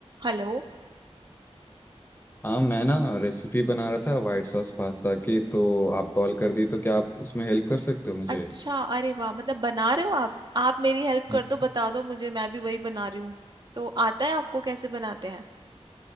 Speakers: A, on the right; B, on the left.
A: Hello
B: हाँ मैं ना रेसिपी बना रहा था वाइट सॉस पास्ता की तो आप कॉल कर दी तो क्या आप उसमें हेल्प कर सकते हो मुझे
A: अच्छा अरे वाह मतलब बना रहे हो आप आप मेरी हेल्प
B: <laughs>
A: कर दो बता दो मुझे मैं भी वही बना रही हूँ तो आता है आपको कैसे बनाते हैं